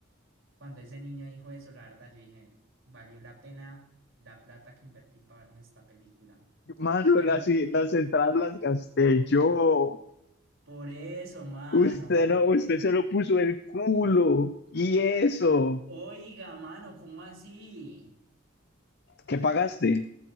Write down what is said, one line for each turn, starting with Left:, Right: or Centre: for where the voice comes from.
Right: Cuando ese niño dijo eso, la verdad, yo dije, valió la pena la plata que invertí para verme esta película.
Left: mano,
Right: Pero
Left: las, las entradas las gasté yo,
Right: por eso, mano.
Left: usted no, usted se lo puso el culo, y eso,
Right: Oiga, mano, ¿cómo así?
Left: ¿qué pagaste?